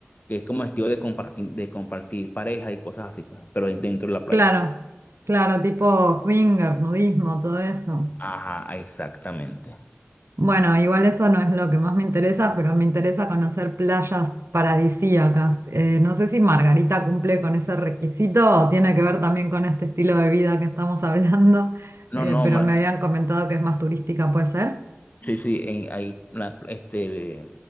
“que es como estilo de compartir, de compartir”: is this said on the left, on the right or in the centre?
Left